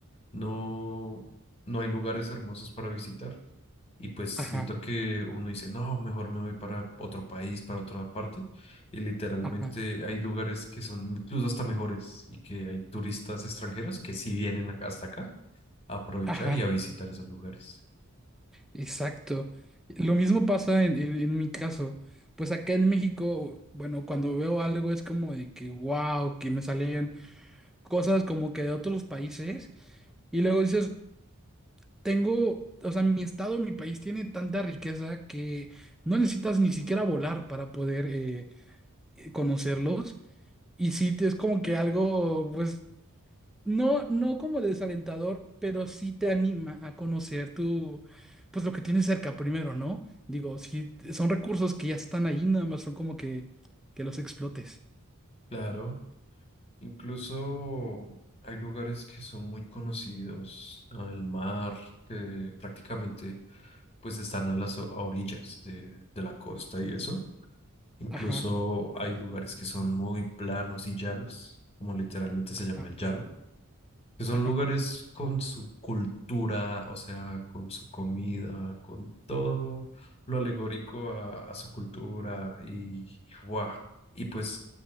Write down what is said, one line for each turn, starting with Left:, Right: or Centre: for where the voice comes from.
Left: no, no hay lugares hermosos para visitar. Y pues siento
Centre: ajá,
Left: que uno dice, no, mejor me voy para otro país, para otra parte. Y literalmente
Centre: ajá,
Left: hay lugares que son incluso hasta mejores y que hay turistas extranjeros que sí vienen acá- hasta acá a aprovechar
Centre: ajá,
Left: y a visitar esos lugares.
Centre: exacto. Lo mismo pasa en, en en mi caso. Pues acá en México, bueno, cuando veo algo es como de que, wow, que me salen cosas como que de otros países Y luego dices, tengo, o sea, mi estado, mi país tiene tanta riqueza que no necesitas ni siquiera volar para poder eh, eh, conocerlos. Y sí, te- es como que algo, pues, no, no como desalentador, pero sí te anima a conocer tu, pues, lo que tienes cerca primero, ¿no? Digo, sí, son recursos que ya están ahí, nada más son como que, que los explotes.
Left: Claro, incluso hay lugares que son muy conocidos al mar, que prácticamente pues están a las o- a orillas de, de la costa y eso. Incluso
Centre: Ajá,
Left: hay lugares que son muy planos y llanos, como literalmente se llama
Centre: ajá,
Left: el llano, que son
Centre: ajá,
Left: lugares con su cultura, o sea, con su comida, con todo lo alegórico a, a su cultura y, ¡guau! Y pues